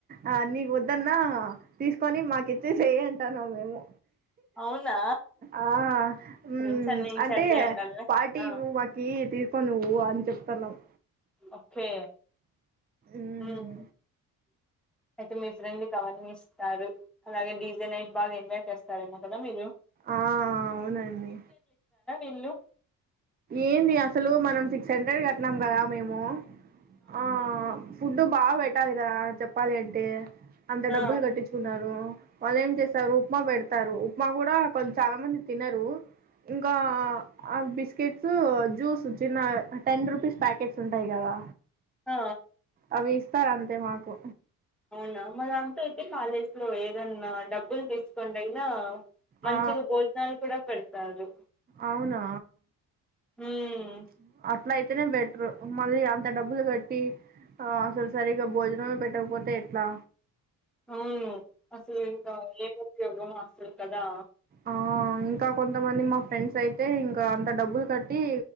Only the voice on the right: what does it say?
ఆ నీకు వద్దన్న తీసుకొని మాకిచేసేయ్ అంటారు న్నాము మేము
ఆ ఉమ్
ప్చ్
అంటే
పార్టీ
ఇవ్వు మాకి తీసు కో నువ్వు అని చెప్తన్నావ్
మ్మ్
ఆ అవునండి
ఏంది అసలు మనం సిక్స్ హండ్రెడ్ కట్టినాం కదా మేము ఆ ఫుడ్డు బాగ పెట్టాలి కదా చెప్పాలి అంటే అంత
డబ్బులు కట్టిచ్చుకున్నారు వాళ్ళు ఏం చేస్తారు ఉప్మా పెడతారు ఉప్మా కూడా కొంచ చాలా మంది తినరు ఇంకా ఆ బిస్ కెట్స్ జ్యూస్ చిన్న టెన్ రుపీస్ ప్యాకెట్స్ ఉంటాయి కదా
అవి ఇస్తారు అంతే మాకు
ఆ
అవునా
ప్చ్ అట్ల అయితేనే బెటరు మళ్ళీ అంత డబ్బులు కట్టి ఆ అసలు సరిగా భోజనమే పెట్టకపోతే ఎట్లా
ఆ ఆ ఇంకా కొంతమంది మా ఫ్రెండ్స్ అయితే ఇంకా అంత డబ్బులు కట్టి